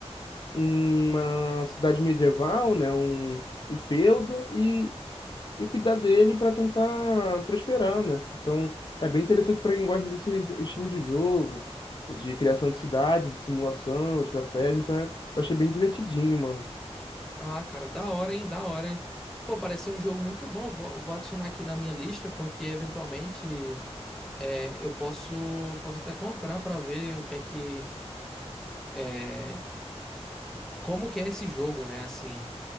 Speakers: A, on the left; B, in the centre.
A: uma cidade medieval, né? Um, um feudo e e cuidar dele para tentar prosperar, né? Então, é bem interessante para quem gosta desse estilo de jogo, de criação de cidade, de simulação, de estratégia. Então, eu achei bem divertidinho, mano.
B: Ah, cara, da hora, hein? Da hora, hein? Pô, parece ser um jogo muito bom. Vou, vou adicionar aqui na minha lista, porque eventualmente é, eu posso, posso até comprar pra ver o que é que. é, como que é esse jogo, né? Assim.